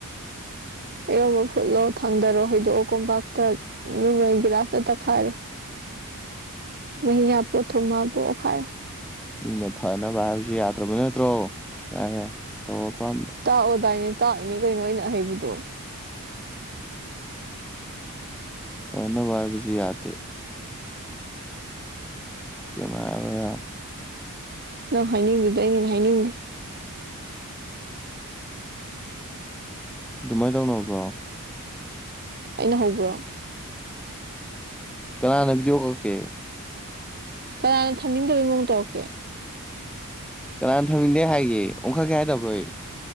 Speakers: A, on the right (about 45°); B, in the centre.
A: ꯏꯔꯣꯟꯕ ꯐꯨꯠꯂꯣ ꯊꯥꯡꯗꯔꯣ ꯍꯩꯗꯣꯛꯑꯣ ꯀꯣꯝꯄꯥꯛꯇ ꯑꯗꯨꯒ ꯒꯤꯂꯥꯁꯅ ꯇꯛꯈꯥꯏꯔꯣ ꯋꯥ ꯌꯥꯕꯣ ꯊ ꯃꯥꯕꯣꯑꯣ ꯈꯥꯏꯔ
B: ꯃꯤꯅ ꯐꯅꯕ ꯍꯥꯏꯕꯖꯨ ꯌꯥꯗ꯭ꯔꯕ ꯅꯠꯇ꯭ꯔꯣ ꯌꯥꯔꯦ ꯌꯥꯔꯦ ꯇꯧꯔꯣ ꯑꯄꯥꯝꯕ
A: ꯇꯥꯛꯑꯣꯗꯥꯏꯅꯦ ꯇꯥꯛꯏꯅꯦ ꯀꯩꯅꯣ ꯑꯩꯅ ꯍꯩꯕꯗꯣ
B: ꯐꯅꯕ ꯍꯥꯏꯕꯖꯨ ꯌꯥꯗꯦ ꯀꯌꯤꯝ ꯍꯥꯏꯔꯔꯣꯏ ꯌꯥꯔꯦ
A: ꯅꯪ ꯍꯥꯏꯅꯤꯡꯉꯤꯗ ꯑꯩꯅ ꯍꯦꯟꯅ ꯍꯥꯏꯅꯤꯡꯗꯦ
B: ꯑꯗꯨꯃꯥꯏ ꯇꯧꯅꯕ꯭ꯔꯣ
A: ꯑꯩꯅ ꯍꯧꯕ꯭ꯔꯣ
B: ꯀꯅꯥꯅ ꯕꯤꯗꯤꯑꯣ ꯀꯛꯀꯦ
A: ꯀꯅꯥꯅ ꯊꯝꯅꯤꯡꯗꯕꯩ ꯃꯑꯣꯡ ꯇꯧꯔꯛꯀꯦ
B: ꯀꯅꯥꯅ ꯊꯝꯅꯤꯡꯗꯦ ꯍꯥꯏꯒꯦ ꯑꯣꯡꯈꯠꯀꯦ ꯍꯥꯏꯗꯕ꯭ꯔꯣꯏ ꯑꯩ